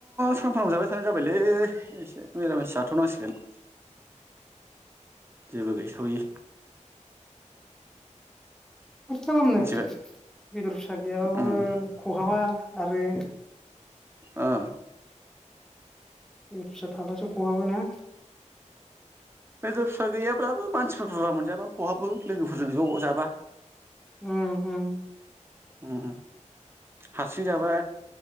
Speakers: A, on the right; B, in the centre.
A: सानफ्रामबो जाबाय थानायजाबायलै एसे मिरामिस जाथ'नांसिगोन। जेबो गैस'यि
B: माथो खालामनो
A: मिथिबाय
B: बेदर फिसा गैयाबाबो
A: उम
B: खहाबा आरो
A: ओ।
B: बे फिसा थाबासो खहाबोना।
A: बेदर फिसा गैयाब्लाबो मानसिफोर बुरजा मोनजाबा खहाबो लोगोफोरजों ज' जाबा।
B: उम उम।
A: उम हारसि जाबा